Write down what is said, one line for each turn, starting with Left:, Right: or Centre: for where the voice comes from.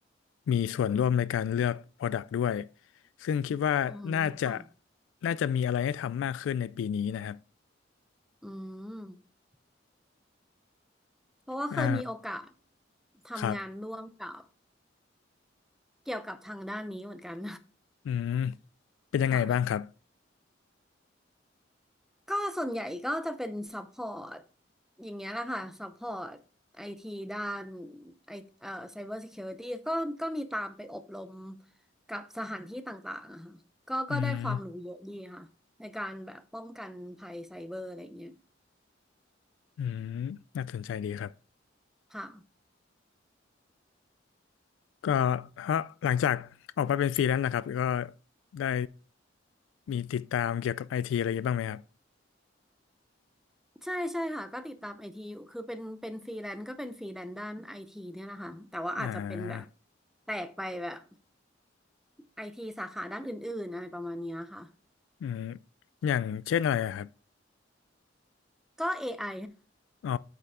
Left: มีส่วนร่วมในการเลือก Product ด้วยซึ่งคิดว่าน่าจะ
Centre: ๆอืมค่ะ
Left: น่าจะมีอะไรให้ทำมากขึ้นในปีนี้นะครับ
Centre: อืมเพราะว่าเคยมีโอกาส
Left: อ่า
Centre: ทำงานร่วมกับ
Left: ครับ
Centre: เกี่ยวกับทางด้านนี้เหมือนกัน
Left: อืม
Centre: <laughs>
Left: เป็นยังไงบ้างครับ
Centre: ค่ะ ก็ส่วนใหญ่ก็จะเป็นซัพพอร์ตอย่างเงี้ยแหละค่ะซัพพอร์ตไอทีด้านไอเอ่อไซเบอร์ซิเคียวริตี้ก็ก็มีตามไปอบรมกับสถานที่ต่างๆอะค่ะก็ก็ได้ความรู้เยอะดีค่ะในการแบบป้องกันภัยไซเบอร์อะไรอย่างเงี้ย
Left: อืม อืมน่าสนใจดีครับ
Centre: ค่ะ
Left: ก็ถ้าหลังจากออกมาเป็นฟรีแลนซ์นะครับ ก็ได้มีติดตามเกี่ยวกับไอทีอะไรเยอะบ้างไหมครับ
Centre: ใช่ใช่ค่ะก็ติดตามไอทีอยู่คือเป็นเป็นฟรีแลนซ์ก็เป็นฟรีแลนซ์ด้านไอทีเนี่ยแหละค่ะแต่ว่าอาจจะเป็นแบบ
Left: อ่า
Centre: แตกไปแบบไอทีสาขาด้านอื่นๆอะไรประมาณเนี้ยค่ะ
Left: อืมอย่างเช่นอะไรอะครับ
Centre: ก็เอไอ
Left: อ๋อ